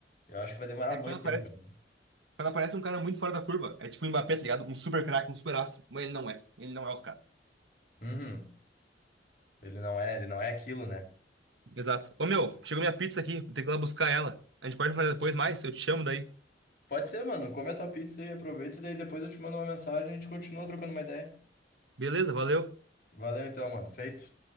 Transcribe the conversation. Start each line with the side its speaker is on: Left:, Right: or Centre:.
Left: eu acho que vai demorar
Right: é
Left: muito
Right: quando aparece
Left: tempo. ainda.
Right: Quando aparece um cara muito fora da curva, é tipo o Mbappé, tá ligado? Um super craque, um super astro. Mas ele não é. Ele não é os caras.
Left: Uhum. Ele não é, ele não é aquilo, né?
Right: Exato. Ô meu, chegou minha pizza aqui. Vou ter que ir lá buscar ela. A gente pode falar depois mais? Eu te chamo daí.
Left: Pode ser, mano. Come a tua pizza e aproveita, e daí depois eu te mando uma mensagem e a gente continua trocando uma ideia.
Right: Beleza, valeu.
Left: Valeu então, mano. Feito.